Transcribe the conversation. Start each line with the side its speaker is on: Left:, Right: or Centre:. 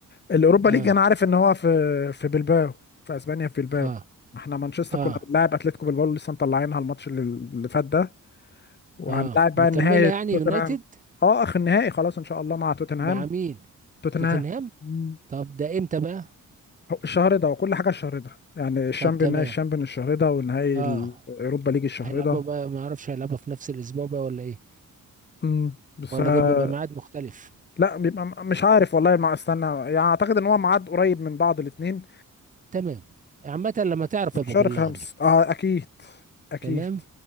Left: الاوروبا
Right: اه
Left: ليج انا عارف ان هو في في بلباو في اسبانيا في بلباو
Right: اه
Left: احنا مانشستر
Right: اه
Left: كنا بنلاعب اتلتيكو بلباو لسه مطلعينها الماتش اللي اللي فات ده وهنلاعب
Right: اه
Left: بقى
Right: مكملة
Left: النهائي
Right: يعني
Left: توتنهام
Right: يونايتد
Left: اه اخر النهائي خلاص ان شاء الله مع توتنهام
Right: مع مين؟
Left: توتنهام
Right: توتنهام
Left: مم.
Right: طب ده امتى بقى؟
Left: هو الشهر ده وكل حاجه الشهر ده يعني الشامبيون
Right: طب تمام
Left: نهائي الشامبيون الشهر ده ونهائي
Right: اه
Left: الاوروبا ليج الشهر
Right: هيلعبوا
Left: ده
Right: بقى ما اعرفش هيلعبوا في نفس الاسبوع بقى ولا ايه؟
Left: مم. بس
Right: ولا
Left: آه،
Right: ده بيبقى ميعاد مختلف؟
Left: لا بيبقى م- مش عارف والله ما استنى يعني اعتقد ان هو ميعاد قريب من بعض الاثنين
Right: تمام عامة لما تعرف
Left: في
Right: ابقى
Left: شهر
Right: بلغني
Left: خمس اه اكيد اكيد
Right: تمام